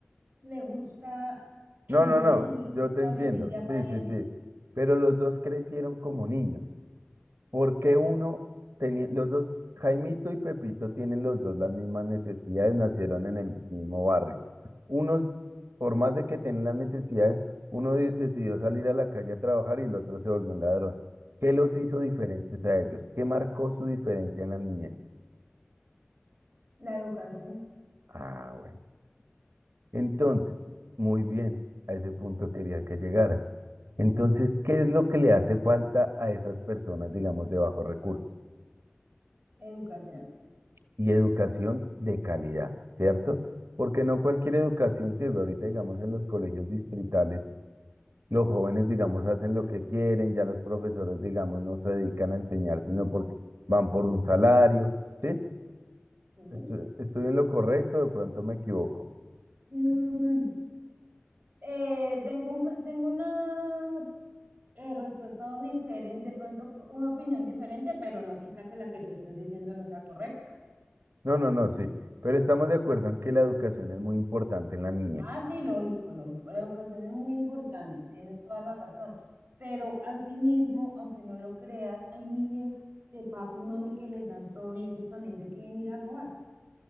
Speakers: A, on the right; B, on the right.
A: le gusta el
B: No,
A: dinero,
B: no, no,
A: Mm.
B: yo
A: le gusta
B: te entiendo,
A: vivir de apariencia,
B: sí, sí, sí, pero los dos crecieron como niños. ¿Por qué uno tenía, los dos, Jaimito y Pepito tienen los dos las mismas necesidades, nacieron en el mismo barrio? Unos, por más de que tienen las necesidades, uno de- decidió salir a la calle a trabajar y el otro se volvió un ladrón. ¿Qué los hizo diferentes a ellos? ¿Qué marcó su diferencia en la niñez?
A: la educación,
B: Ah, bueno. Entonces, muy bien, a ese punto quería que llegara. Entonces, ¿qué es lo que le hace falta a esas personas, digamos, de bajos recursos?
A: educación,
B: Y educación de calidad, ¿cierto? Porque no cualquier educación sirve. Ahorita, digamos, en los colegios distritales, los jóvenes, digamos, hacen lo que quieren, ya los profesores, digamos, no se dedican a enseñar, sino porque van por un salario, ¿sí?
A: ¿sí?
B: Estu- Estoy en lo correcto, de pronto me equivoco.
A: Mm, eh, tengo un pe- tengo una eh, respuesta diferente, de pronto co- una opinión diferente, pero no quita que la que tú estés diciendo no sea correcta.
B: No, no, no, sí. Pero estamos de acuerdo en que la educación es muy importante en la niñez.
A: Ah, sí, lógico, lógico, la educación es muy importante, tienes toda la razón, pero asimismo, aunque no lo creas, hay niños de papi y mami que les dan todo y ellos también deciden ir a robar.